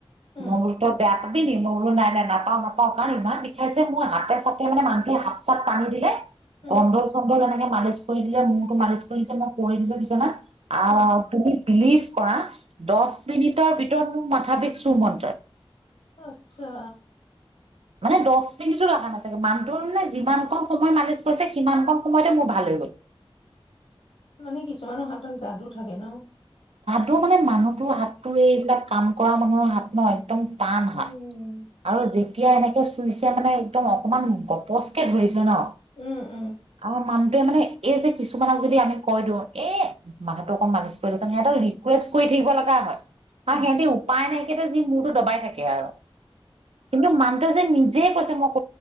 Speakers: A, on the left (about 75°); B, on the right (about 85°).
A: উম,
B: মই বোলো তই বেয়া পাবি নি মই বোলো নাই নাই নাপাও নাপাও কাৰণ ইমান বিষাইছে মই হাতে চাতে মানে মানুহে হাত চাত টানি দিলে
A: উম,
B: কণ্ডল চণ্ডল এনেকে মালিচ দিলে মৰটো মালিচ কৰি দিছে মই কৰি দিছো বিছনা আহ
A: উম,
B: তুমি বিলিভ কৰা দহ মিনিটৰ ভিতৰত মোৰ মাথা বিষছো মন্ত
A: আত্ছা
B: মানে দহ মিনিটো লগা না চাগে মানুটো মানে যিমান ক সময় মালিচ কৰিছে সিমান ক সময়তে মোৰ ভাল হৈ গ'ল
A: মানে কিছুমানৰ হাতত যাদু থাকে ন
B: যো মানে মানুহটোৰ হাততো এইবিলাক কাম কৰা মানুহৰ হাত নয় পাম
A: উম,
B: হা আৰু যেতিয়া এনেকৈ চুইছে মানে একদম অকণমান গপচকে ধৰিছে ন
A: উম, উম,
B: আমাৰ মানুহটোৱে মানে এই যে কিছুমানক যদি আমি কৈ দিওঁ এই মানুহটোো অকণ মালিচ কৰি লৈছে সিহঁতক ৰিকুৱেষ্ট কৰি থাকিব লগা হয় আৰু
A: উম।
B: সিহতি উপায় নাইক যি মূৰো দবাই থাকে আৰু কিন্তু মানটো যে নিজ য কৈছে মোক